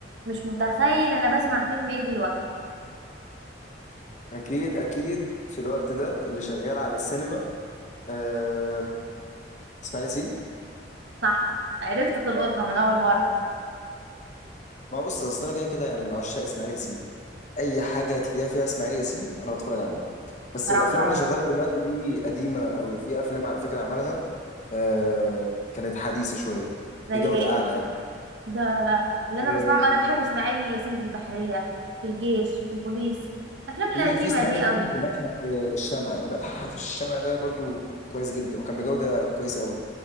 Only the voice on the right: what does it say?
مش متخيل انا بسمع فيلم ايه دلوقتي
صح عرفت تلقطها من اول مره
صراحه
زي
ايه
ده لا اللي انا
بسمعهم انا بحب اسماعيل ياسين في البحريه في الجيش في البوليس الافلام
القديمه
دي
قوي